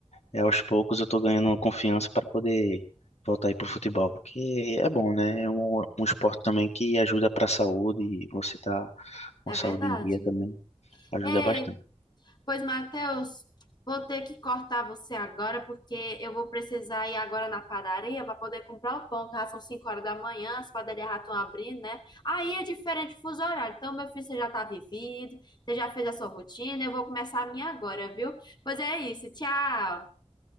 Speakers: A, on the left; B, on the left.
A: é, aos poucos, eu tô ganhando uma confiança para poder voltar aí pro futebol, porque é bom, né? É um, um esporte também que ajuda para a saúde, e você tá com
B: É
A: a saúde
B: verdade.
A: em dia também, ajuda
B: Ei,
A: bastante.
B: pois, Matheus, vou ter que cortar você agora, porque eu vou precisar ir agora na padaria para poder comprar o pão, que já são 5 horas da manhã, as padarias já estão abrindo, né? Aí é diferente o fuso horário. Então, meu filho, você já está vivido, você já fez a sua rotina, eu vou começar a minha agora, viu? Pois é isso. Tchau,